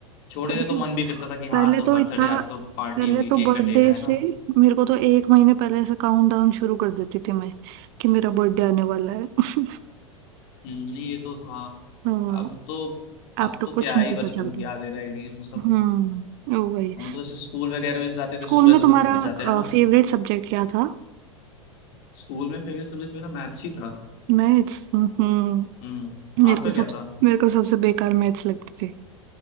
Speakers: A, on the left; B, on the right.
A: छोटे
B: खुद
A: से तो
B: के
A: मन भी करता था कि हाँ
B: पहले
A: तो
B: तो
A: बर्थडे
B: इतना
A: आज तो पार्टी
B: पहले
A: होगी
B: तो
A: केक
B: बर्थडे
A: कटेगा है
B: से
A: ना
B: मेरे को तो एक महीने पहले से काउंटडाउन शुरू कर देती थी मैं कि मेरा बर्थडे आने वाला है <laughs>
A: हम्म, नहीं ये तो था
B: हाँ
A: अब तो अब
B: अब तो
A: तो
B: कुछ
A: क्या
B: नहीं
A: ही
B: पता
A: बचपन
B: चलता
A: की यादें रह गई हैं वो सब
B: हम्म वो वही
A: हम तो जैसे स्कूल वगैरह में जैसे जाते थे
B: स्कूल
A: सुबह
B: में तुम्हारा
A: सुबह पहुंच जाते हैं ना
B: फेवरेट सब्जेक्ट क्या था
A: स्कूल में फेवरेट सब्जेक्ट मेरा मैथ्स ही था
B: मैथ्स हम्म
A: हम्म
B: मेरे
A: आपका
B: को सब
A: क्या था
B: मेरे को सबसे बेकार मैथ्स लगती थी